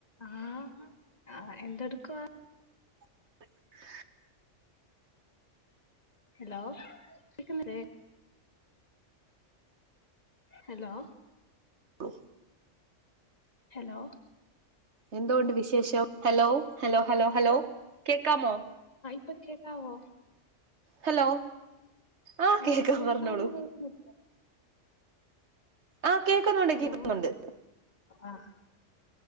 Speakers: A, on the left; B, on the right.
A: ആഹാ ആ എന്തെടുക്കുവാ
B: <unintelligible>
A: ഹലോ കേക്കുന്നില്ലേ ഹലോ
B: ഗോ
A: ഹലോ
B: എന്തോണ്ട് വിശേഷം ഹലോ ഹലോ ഹലോ ഹലോ കേക്കാമോ
A: പ്പ കേക്കാവോ
B: ഹലോ ആ
A: ആഹ്
B: കേക്കാ
A: ഞാൻ
B: പറഞ്ഞോളൂ
A: പറയുന്ന കേക്കുന്നു
B: ആഹ് കേൾക്കുന്നുണ്ട്
A: ഹലോ
B: കേക്കുന്നുണ്ട്
A: ആഹ്